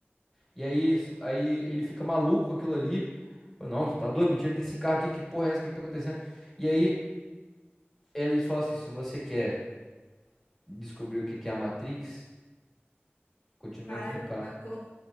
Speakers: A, in the centre; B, on the left.
A: E aí, esse- aí ele fica maluco com aquilo ali. Fala, Não, você tá doido? Me tira desse carro aqui, que porra é essa? O que que tá acontecendo? E aí eles falam assim: se você quer descobrir o que que é a Matrix, continua
B: Caralho.
A: aqui no carro.
B: é, co-